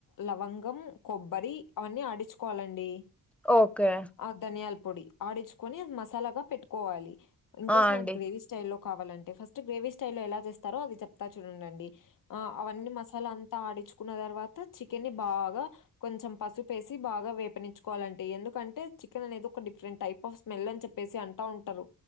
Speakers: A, on the left; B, in the centre.
A: లవంగం కొబ్బరి అవన్నీ ఆడిచ్చుకోవాలండి
B: కో ఓకే
A: ఆ ధనియాల పొడి ఆడిచ్చుకొని మసాలాగా పెట్టుకోవాలి ఇన్కేస్
B: ఆ
A: మనకి
B: అండి
A: గ్రేవీ స్టైల్లో కావాలంటే ఫస్ట్ గ్రేవీ స్టైల్లో ఎలా చేస్తారో అది చెప్తా చూడండండి ఆ అవన్నీ మసాలా అంతా ఆడిచ్చుకున్న తర్వాత చికెన్ని బాగా కొంచెం పసుపేసి బాగా వేపనిచ్చుకోవాలంటే ఎందుకంటే చికెన్ అనేది ఒక డిఫరెంట్ టైప్ స్మెల్ అని చెప్పేసి అంటా ఉంటారు